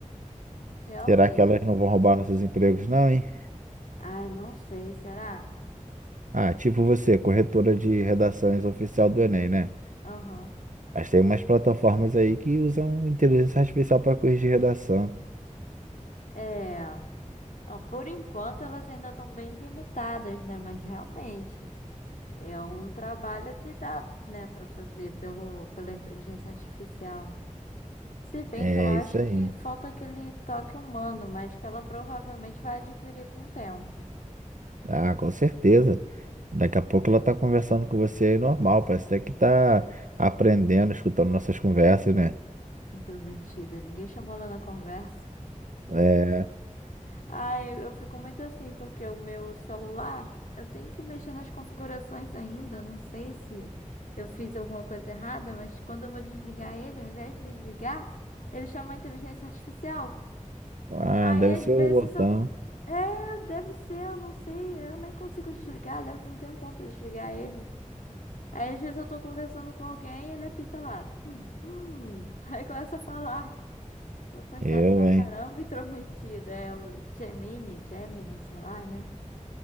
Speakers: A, on the left; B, on the right.
A: realmente.
B: Será que elas não vão roubar nossos empregos, não, hein?
A: Ai, não sei, será?
B: Ah, tipo você, corretora de redações oficial do Enem, né?
A: Aham.
B: Mas tem umas plataformas aí que usam inteligência artificial para corrigir redação.
A: É, ó, por enquanto elas ainda estão bem limitadas, né? Mas realmente é um trabalho que dá, né, para fazer pelo, pela inteligência artificial. Se bem
B: É
A: que eu acho
B: isso aí.
A: que falta aquele toque humano, mas que ela provavelmente vai adquirir com o tempo.
B: Ah, com certeza. Daqui a pouco ela tá conversando com você aí normal, parece até que tá aprendendo, escutando nossas conversas, né?
A: Intrometida, ninguém chamou ela na conversa.
B: É.
A: Ai, eu fico muito assim, porque o meu celular, eu tenho que mexer nas configurações ainda. Não sei se eu fiz alguma coisa errada, mas quando eu vou desligar ele, ao invés de desligar, ele chama a inteligência artificial.
B: Ah,
A: Aí
B: deve
A: às
B: ser
A: vezes
B: o botão.
A: eu. É, deve ser, eu não sei. Eu nem consigo desligar, leva um tempão pra desligar ele. Aí às vezes eu tô conversando com alguém e ele apita lá. Hum, hum. <laughs> Aí começa a falar. Eu fui
B: Eu,
A: chato pra
B: hein?
A: caramba, intrometida. É o Gemini, Gemini, sei lá, né?